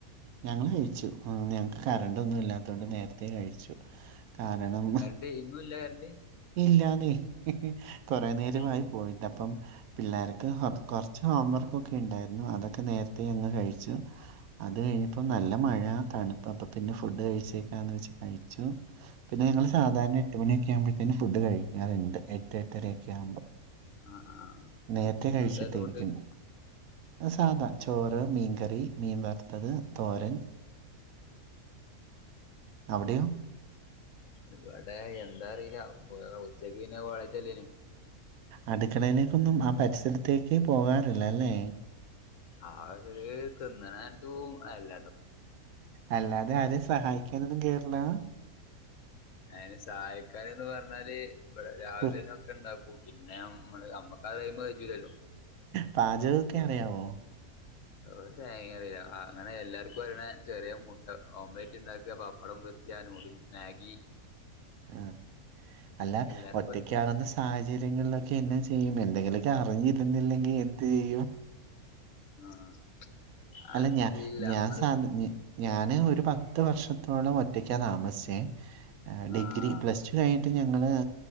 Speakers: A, on the right; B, on the left.
A: ഞങ്ങള് കഴിച്ചു ഞങ്ങക്ക് കറണ്ട് ഒന്നും ഇല്ലാത്ത കൊണ്ട് നേരത്തെ കഴിച്ചു കാരണം
B: അപ്പ ഇന്നും ഇല്ല കരണ്ട്
A: ഇല്ലന്ന് കൊറെ നേരമായി
B: ഉം
A: പോയിട്ടപ്പം പിള്ളേർക്ക് കൊറച്ച് ഹോംവർക്ക്ക്കെ ഉണ്ടായിരുന്നു അതൊക്കെ നേരത്തെ അങ്ങ് കഴിച്ചു അത് കഴിഞ്ഞപ്പോ
B: ഉം
A: നല്ല മഴ തണുപ്പ് അപ്പം പിന്നെ ഫുഡ് കഴിച്ചേക്കാന്ന് വെച്ച് കഴിച്ചു പിന്നെ ഞങ്ങള്
B: ഉം
A: സാധാരണ എട്ട് മണിയൊക്കെ ആവുമ്പഴത്തേന് ഫുഡ് കഴിക്കാറുണ്ട് എട്ട് എട്ടരയൊക്കെ ആകുമ്പം
B: ആഹ് ആഹ്
A: നേരത്തെ കഴിച്ചിട്ടാ
B: എന്തായിരുന്നു
A: ഇരിക്കുന്നെ
B: ഫുഡ്
A: സാധാ ചോറ് മീൻകറി മീൻ വറുത്തത് തോരൻ അവിടെയോ?
B: ഉം ഇവിടെ എന്താന്ന് അറിയില്ല പോ ഉച്ചക്ക് പിന്നെ കോളേജല്ലേനു
A: അടുക്കടയിലേക്കൊന്നും ആഹ് പരിസരത്തേക്കേ പോകാറില്ല അല്ലേ
B: ആഹ് തിന്നണ ദൂമ് അല്ല
A: അല്ലാതെ ആരെയും സഹായിക്കാനൊന്നും കേറില്ല
B: അയിന് സഹായിക്കാനെന്ന് പറഞ്ഞാല് ഇവിടെ രാവിലെന്നെ
A: കു
B: ഒക്കെ ഉണ്ടാക്കും പിന്നെ നമ്മള് നമ്മക്ക് അതേ പോലെ പറ്റില്ലല്ലോ
A: പാചകമൊക്കെ അറിയാവോ
B: ഒരു തേങ്ങയും അറിയില്ല അങ്ങനെ എല്ലാർക്കും അറിയണ ചെറിയ മു ഓംലറ്റ് ഉണ്ടാക്കുക പപ്പടം പൊരിച്ചുക നൂഡിൽസ് മാഗി
A: ആഹ് അല്ല
B: എല്ലാർക്കും
A: ഒറ്റക്കാകുന്ന
B: അറിയണേ
A: സ് സാഹചര്യങ്ങളിലൊക്കെ എന്നാ ചെയ്യും എന്തെങ്കിലൊക്കെ അറിഞ്ഞിരുന്നില്ലെങ്കിൽ എന്ത് ചെയ്യും
B: ആഹ്
A: അല്ല
B: അതില്ല
A: ഞാൻ ഞാൻ
B: നമ്മള്
A: സാ ഞാന് ഒരു പത്ത് വർഷത്തോളം ഒറ്റക്കാ താമസിച്ചെ ഡിഗ്രി
B: ആഹ്
A: പ്ലസ് ടു കഴിഞ്ഞ് ട്ട് ഞങ്ങള്